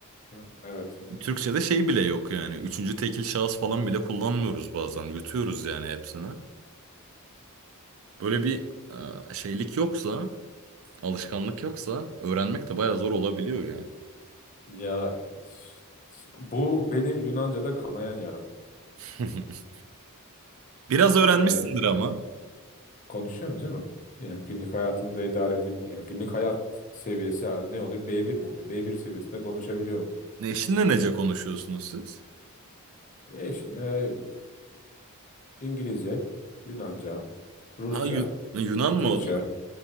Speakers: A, on the left; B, on the right.
A: Hı, Evet.
B: Türkçe'de şey bile yok yani. Üçüncü tekil şahıs falan bile kullanmıyoruz bazen. Yutuyoruz yani hepsini. Böyle bir e, şeylik yoksa, alışkanlık yoksa öğrenmek de bayağı zor olabiliyor ya.
A: Ya ş- ş- bu benim Yunanca'da kanayan yaram.
B: <laughs> Biraz öğrenmişsindir
A: Ee,
B: ama.
A: konuşuyorum canım. Yani günlük hayatımda idare edip yani günlük hayat seviyesi ha- ne oluyor? B1 mi oluyor? B1 seviyesinde konuşabiliyorum.
B: Ne, eşinle nece konuşuyorsunuz siz?
A: E şimdi İngilizce, Yunanca, Rusça,
B: Ha, Yu- Yunan mı
A: Türkçe,
B: o da?